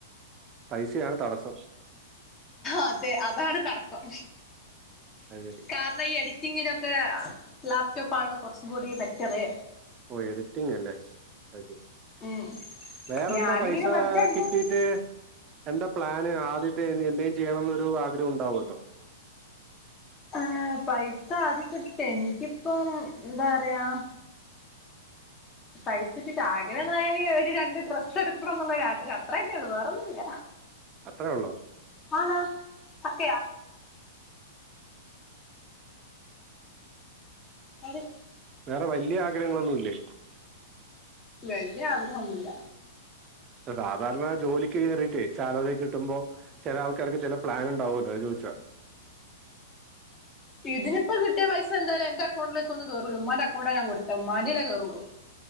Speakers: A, on the right (about 30°); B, on the left (about 25°).
A: പൈസയാണ് തടസ്സം
B: അതെ അതാണ് തടസ്സം
A: അത് ശരി.
B: കാരണം ഈ എഡിറ്റ്‌ റ്റിങ് ങ്ങനൊക്കെ ലാപ്ടോപ്പാണല്ലോ കുറച്ചും കൂടി ബെറ്ററ്
A: ഓഹ് എഡിറ്റിംഗ അല്ലേ അത് ശരി
B: ഉം
A: വേറെ
B: ഞാനിങ്ങനെ
A: എന്താ പൈസ
B: വെറുതെ എന്റെ
A: കിട്ടീട്ട്
B: വീഡിയോ
A: എന്താ പ്ലാന് ആദ്യത്തെ എന്തേും ചെയ്യണന്നൊരു ആഗ്രഹം ഉണ്ടാവുല്ലോ
B: ഏഹ് പൈസ ആദ്യം കിട്ടി, എനിക്കിപ്പം എന്താ പറയാ പൈസ കിട്ടീട്ട് ആഗ്രഹംന്ന് പറയാൻ ഒരു രണ്ട് ഡ്രസ്സ് എടുക്കണം എന്നുള്ളൊ ഒരു ആഗ്രഹം അത്ര തന്നെയുള്ളൂ വേറന്നുല്ല
A: അത്രയേ ഉള്ളോ
B: ആണാ സത്യ മതി
A: വേറെ വല്ല്യ ആഗ്രഹങ്ങളൊന്നുല്ലേ
B: വലിയ ആഗ്രഹംന്നുല്ല
A: സാധാരണ ജോലിക്ക് കേയറിട്ട് സാലറി കിട്ടുമ്പോ ചില ആൾക്കാർക്ക് ചില പ്ലാൻ ഉണ്ടുവല്ലോ അത് ചോദിച്ചാ
B: ഇതിനിപ്പ കിട്ടിയ പൈസ എന്തായാല എന്റെ അക്കൗണ്ടിലേക്ക് ഒന്ന് കേറൂല മന്റെ അക്കൗണ്ടാണ് ഞാ കൊടുത്ത ഉമ്മാന്റെയേ കേറുള്ളൂ.